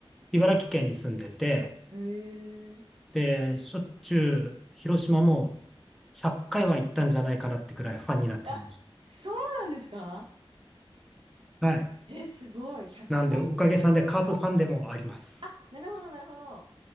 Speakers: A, in the centre; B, on the right (about 60°).
A: 茨城県に住んでて、
B: へえ
A: で、しょっちゅう広島も100回は行ったんじゃないかなってくらいファンになっちゃいまし
B: あ、そうなんですか
A: た。はい。
B: え、すごい。100回。
A: なんで、おかげさんでカープファンでもあります。
B: あ、なるほど、なるほど。